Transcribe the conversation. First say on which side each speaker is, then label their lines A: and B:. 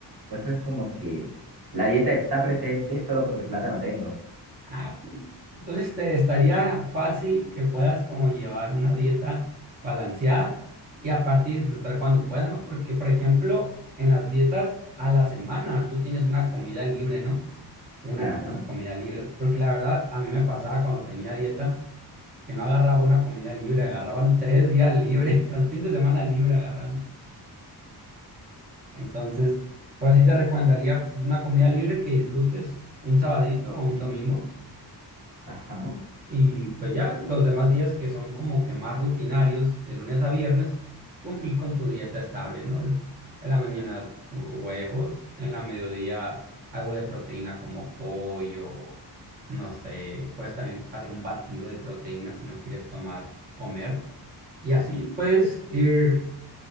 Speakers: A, on the right (about 55°); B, on the right (about 20°).
A: Pues eso es como que la dieta está presente solo porque plátano tengo.
B: Ah, entonces te estaría fácil que puedas como llevar una dieta balanceada y aparte disfrutar cuando puedas, ¿no? Porque, por ejemplo, en las dietas a la semana tú tienes una comida libre, ¿no? Una,
A: Claro.
B: no- una comida libre. Porque la verdad, a mí me pasaba cuando tenía dieta que no agarraba una comida libre, agarraban tres días libres, <laughs> los fines de semana libre agarraba. Entonces, pues sí te recomendaría pues, una comida libre que disfrutes un sabadito o un domingo.
A: Ajá.
B: Y pues ya los demás días que son como que más rutinarios, de lunes a viernes, cumplir con tu dieta estable, ¿no? En la mañana hu- huevos, en la mediodía algo de proteína como pollo, no sé, puedes también hacer un batido de proteína si no quieres tomar, comer. Y así puedes ir